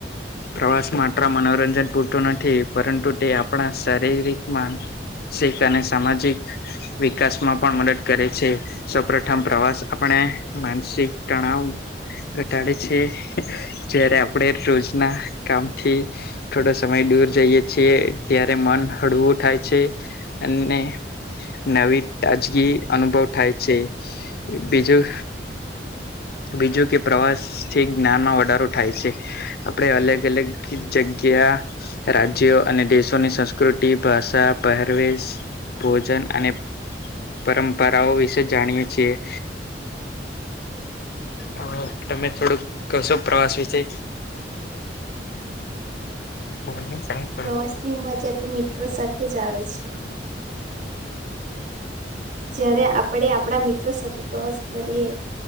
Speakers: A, on the left; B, on the right.
A: પ્રવાસ માત્ર મનોરંજન પૂરતો નથી પરંતુ તે આપણા શારીરિકમાં શીખ અને સામાજિક વિકાસ માં પણ મદદ કરે છે. સૌ પ્રથમ પ્રવાસ આપણે માનસિક તણાવ ઘટાડે છે. જયારે આપડે રોજ ના કામથી થોડો સમય દૂર જઈએ છીએ ત્યારે મન હળવું થાય છે. અને નવી તાજગી અનુભવ થાય છે. બીજું બીજું કે પ્રવાસ થી જ્ઞાનમાં વધારો થાય છે. આપડે અલગ અલગ જગ્યા રાજ્યો અને દેશોની સંસ્કૃતિ ભાષા પહેરવેશ ભોજન અને પરંપરાઓ વિશે જાણીએ છીએ. હવે તમે થોડુંક કેશો પ્રવાસ વિશે <unintelligible>
B: પ્રવાસ ની મજા તો મિત્રો સાથે જ આવે છે. જયારે આપણે આપણા મિત્રો સાથે પ્રવાસ કરીએ.